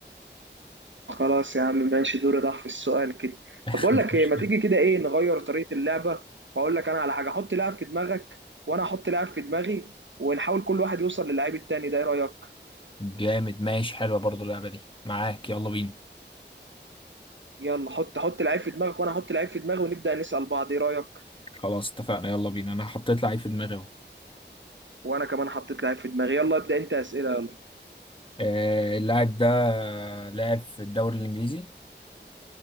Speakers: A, on the right; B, on the left.
A: خلاص يا عم ماشي دوري راح في السؤال كده
B: <laughs>
A: طب بقول
B: مش
A: لك
B: مشكلة
A: ايه ما تيجي كده ايه نغير طريقة اللعبة واقول لك انا على حاجة حط لاعب في دماغك وانا احط لاعب في دماغي ونحاول كل واحد يوصل للعيب التاني ده ايه رأيك
B: جامد ماشي حلوة برضو اللعبة دي معاك يلا بينا
A: يلا حط حط لعيب في دماغك وانا احط لعيب في دماغي ونبدأ نسأل بعض ايه رأيك
B: خلاص اتفقنا يلا بينا أنا حطيت لعيب في دماغي أهو
A: وانا كمان حطيت لعيب في دماغي يلا ابدأ انت أسئلة يلا
B: أه، اللاعب ده لاعب في الدوري الإنجليزي